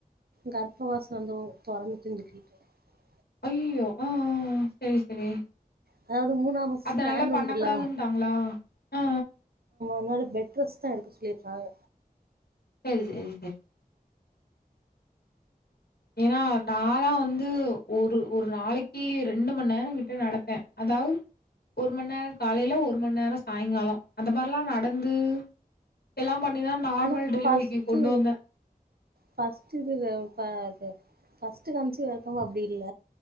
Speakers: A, on the right; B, on the left.
A: கர்ப்பவாசோ வந்து தொறந்துட்டு <unintelligible>
B: ஐய்யய்யோ ஆ ஆ ஆ சரி சரி
A: அதாவது மூணாவது
B: அதநால
A: ஸ்கேன்
B: பண்ண
A: உண்டுல
B: கூடாதுன்டாங்களா ஆ
A: என்னோட பெட் ரெஸ்ட் தா எடுக்க சொல்லிருக்காங்க
B: சேரி சேரி சேரி ஏனா நாளா வந்து ஒரு ஒரு நாளைக் க்கி ரெண்டு மணி நேரங் கிட்ட நடப்பே. அதாவ்து ஒரு மணி நேர காலைல ஒரு மணி நேரோ சாயங்காலோ அந்த மாரிலா நடந்து எல்லா பண்ணிதா நார்மல்
A: ஆனா ஃபஸ்ட்டு
B: டெலிவரிக்கி கொண்டு வந்தே
A: ஃபஸ்ட்டு இதுல ப இது ஃபஸ்ட்டு காமிச்ச வரைக்கவு அப்டி இல்ல.